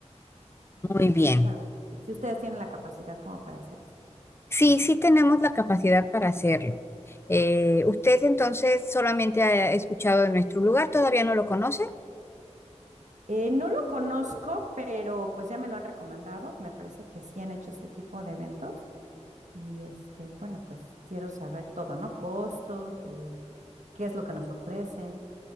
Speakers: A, on the right; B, on the left.
A: Entonces
B: Muy bien.
A: quiero saber si si ustedes tienen la capacidad como para hacer esto.
B: Sí, sí tenemos la capacidad para hacerlo. Eh, ¿usted entonces solamente ha escuchado de nuestro lugar? ¿Todavía no lo conoce?
A: Eh, no lo conozco, pero pues ya me lo han recomendado. Me parece que sí han hecho este tipo de eventos. Y este, bueno, pues quiero saber todo, ¿no? Costos, eh, qué es lo que nos ofrecen.